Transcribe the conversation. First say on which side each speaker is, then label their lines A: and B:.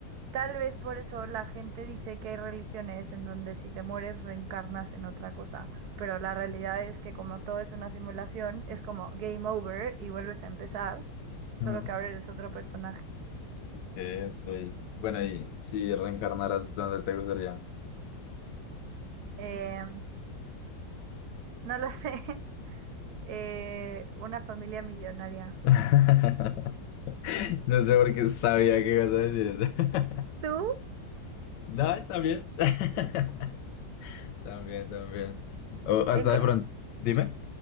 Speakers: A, on the right; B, on the left.
A: Tal vez por eso la gente dice que hay religiones en donde si te mueres reencarnas en otra cosa, pero la realidad es que como todo es una simulación, es como game over y vuelves a empezar, solo
B: ok.
A: que ahora eres otro personaje.
B: Eh, Rey. Bueno, y si reencarnaras, ¿dónde te gustaría?
A: Eh, <laughs> no lo sé, <laughs> Eh, una familia millonaria.
B: <laughs> No sé por qué sabía que ibas a decir eso. <laughs>
A: ¿Tú?
B: No, también. <laughs> También, también. O hasta
A: ¿En qué,
B: de pronto. Dime.